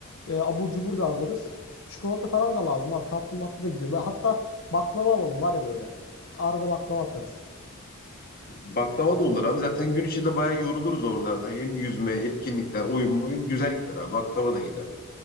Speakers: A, on the left; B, on the left.
A: e, abur cubur da alırız. Çikolata falan da lazım abi. Tatlı matlı da gidiyor. Böyle hatta baklava alalım var ya böyle. Arada baklava atarız.
B: Baklava da olur abi. Zaten gün içinde bayağı yoruluruz oralarda. Hem yüzme, etkinlikler, oyun boyun güzel gider abi. Baklava da gider.